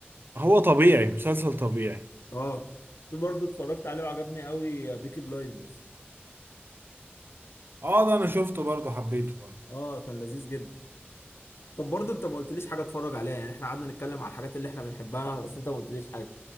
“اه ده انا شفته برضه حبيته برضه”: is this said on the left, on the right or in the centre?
Right